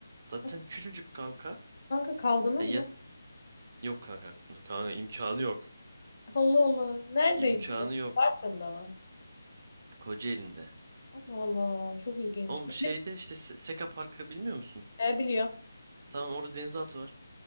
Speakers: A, on the right (about 40°); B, on the left (about 50°).
A: zaten
B: Ya
A: küçücük kanka.
B: Kanka kaldınız
A: Hani yat
B: mı?
A: yok kanka. Kanka imkanı yok.
B: Allah Allah. Neredeydi
A: İmkanı
B: bu?
A: yok.
B: Bartın'da mı?
A: Kocaeli'nde.
B: Allah Allah. Çok ilginç.
A: Oğlum
B: Bilim,
A: şeyde işte Se- Seka Parkı bilmiyor musun?
B: ne biliyor?
A: Tamam orada denizaltı var.